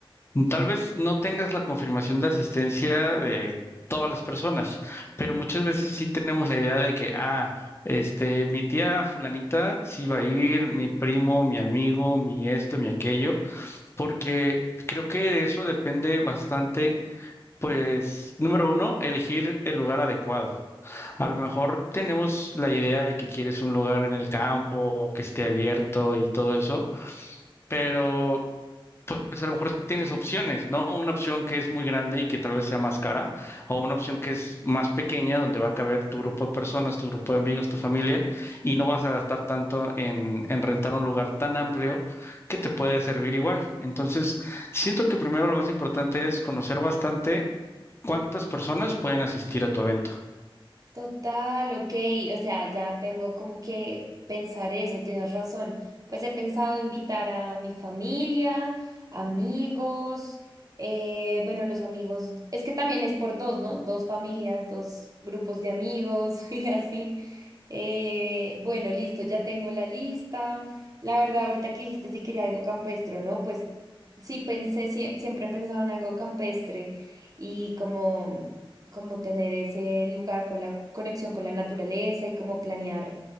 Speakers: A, on the left (about 25°); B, on the right (about 40°).
A: Tal vez no tengas la confirmación de asistencia de todas las personas, pero muchas veces sí tenemos la idea de que, ah, este, mi tía fulanita sí va a ir, mi primo, mi amigo, mi esto, mi aquello, porque creo que de eso depende bastante, pues, número uno, elegir el lugar adecuado. A lo mejor tenemos la idea de que quieres un lugar en el campo, que esté abierto y todo eso. Pero pues a lo mejor tienes opciones, ¿no? Una opción que es muy grande y que tal vez sea más cara, o una opción que es más pequeña, donde va a caber tu grupo de personas, tu grupo de amigos, tu familia, y no vas a gastar tanto en, en rentar un lugar tan amplio que te puede servir igual. Entonces, siento que primero lo más importante es conocer bastante cuántas personas pueden asistir a tu evento.
B: Total, ok, o sea, ya tengo como que pensar eso, tienes razón. Pues he pensado invitar a mi familia, amigos, eh, bueno, los amigos, es que también es por dos, ¿no? Dos familias, dos grupos de amigos <laughs> y así. Eh, bueno, listo, ya tengo la lista. La verdad, ahorita que dijiste si quería algo campestre, o ¿no? Pues sí pensé, sie- siempre he pensado en algo campestre y como como tener ese lugar con la conexión con la naturaleza y como planear,